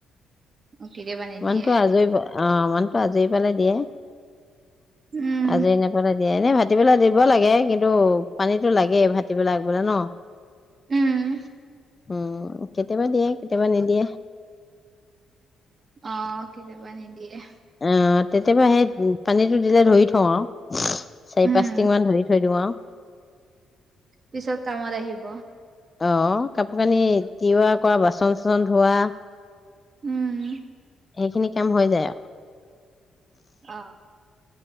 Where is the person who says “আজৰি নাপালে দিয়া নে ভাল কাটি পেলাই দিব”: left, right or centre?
Left